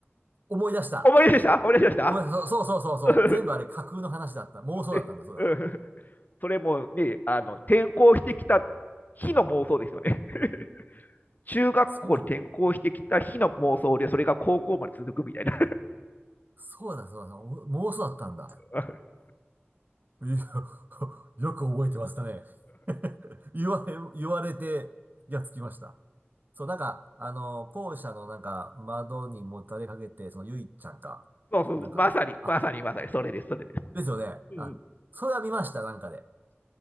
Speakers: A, on the right; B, on the left.
A: 思い出した。
B: 思い出した思い出しました
A: 思い出した。そうそうそうそうそう。
B: <laughs>
A: 全部あれ架空の話だった。妄想だったんだ、
B: ねうん
A: そうだな。
B: <laughs> それもね、あの転校してきた日の妄想ですよね。<laughs> 中学校に転校してきた日の妄想で、
A: そうだ。
B: それが高校まで続くみたいな。
A: そうだ、そうだ。そうだお妄想だったんだ。
B: <laughs>
A: いや、<laughs> よく覚えてましたね。<laughs> 言われ、言われて、やっつきました。そう、なんか、あの、校舎のなんか、窓にもたれかけて、その、ゆいちゃんか。
B: そうそう、
A: なんか、
B: まさに、
A: あ、
B: まさに、まさに、それです、それです。
A: ですよね。
B: うん
A: あ、それは見ました、なんかで。